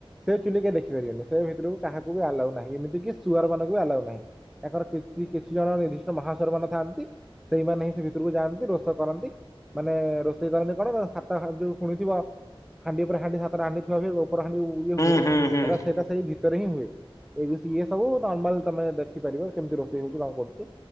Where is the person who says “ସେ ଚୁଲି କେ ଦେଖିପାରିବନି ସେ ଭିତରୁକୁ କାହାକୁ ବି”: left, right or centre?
Centre